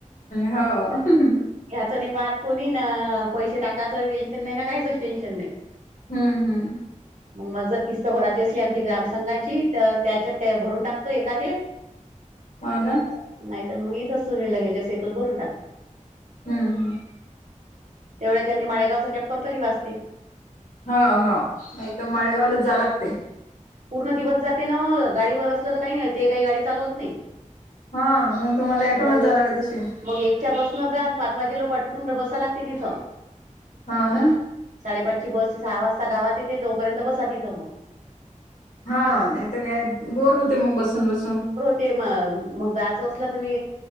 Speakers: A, on the left (about 80°); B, on the right (about 65°).
A: हाव
B: ह्याच नाही पाहात कोणी ना, पैसे टाकायचं टेन्शन नाही ना, काहीचच टेन्शन नाही.
A: हम्म, हम्म!
B: मल जर किस्त भराची असली आमची ग्राम संंघाची तर त्याच्यात भरून टाकतो एकात एक.
A: हाव ना.
B: नाही तर मग इथंच सुळ लगेच्या शेतत भरून टाक.
A: हम्म!
B: तेवढ्या च्यानी माळेगाव चा चक्कर तरी वाचतील.
A: हा हा नाही तर माळेगावलाच जाय लागतय.
B: पूर्ण दिवस जाते ना ओ गाडीवर असलं तर काही नाही ते काही गाडी चालवत नाही.
A: हा मग तुम्हाला ॲटोनच
B: मग
A: जा लागत अशेन.
B: मग एकच्या बस न जान पाच वाजे लोग अटकून बसावं लागते तिथं.
A: हाव ना.
B: साडेपाचची बस सहा वाजता गावात येते तोपर्यंत बसा तिथं.
A: हा नाही तर काय बोर होते मग बसून बसून.
B: ते मग मग जायचं असलं तर मी